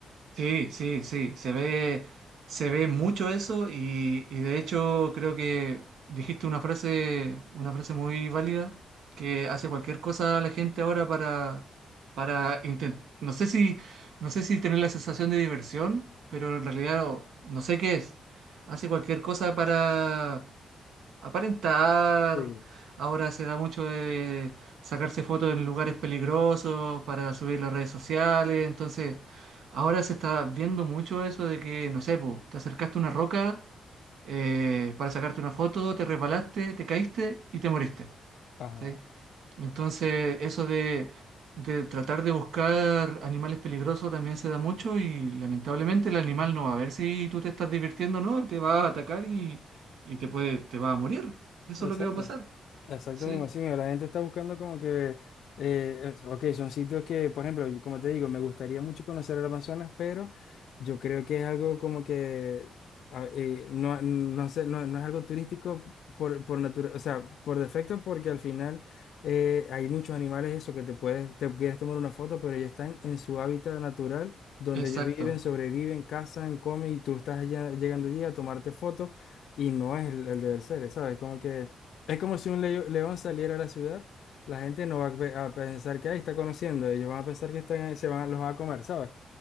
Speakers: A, on the right (about 80°); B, on the left (about 75°).
A: Sí, sí, sí, se ve, se ve mucho eso y, y de hecho creo que dijiste una frase, una frase muy válida que hace cualquier cosa la gente ahora para, para intentar, no sé si, no sé si tener la sensación de diversión, pero en realidad no, no sé qué es, hace cualquier cosa para aparentar.
B: Sí,
A: Ahora se da mucho de sacarse fotos en lugares peligrosos para subir las redes sociales. Entonces, ahora se está viendo mucho eso de que, no sé, po, te acercaste a una roca eh, para sacarte una foto, te resbalaste, te caíste y te moriste.
B: ajá,
A: ¿sí? Entonces, eso de, de tratar de buscar animales peligrosos también se da mucho y lamentablemente el animal no va a ver si tú te estás divirtiendo o no, te va a atacar y, y te puede, te va a morir. Eso
B: exacto.
A: es lo que va a pasar.
B: Exacto,
A: Sí,
B: me imagino. La gente está buscando como que, eh, es- ok, son sitios que, por ejemplo, y como te digo, me gustaría mucho conocer el Amazonas, pero yo creo que es algo como que, a- eh, no, no sé, no, no es algo turístico por, por natura- o sea, por defecto, porque al final eh, hay muchos animales, eso, que te puedes, te quieres tomar una foto, pero ellos están en su hábitat natural, donde
A: exacto,
B: ellos viven, sobreviven, cazan, comen, y tú estás allá- llegando allí a tomarte fotos, y no es el, el deber ser, ¿sabes? Como que... Es como si un leo- león saliera a la ciudad, la gente no va a, pe- a pensar que ahí está conociendo, ellos van a pensar que están, ahí, se van, los van a comer, ¿sabes?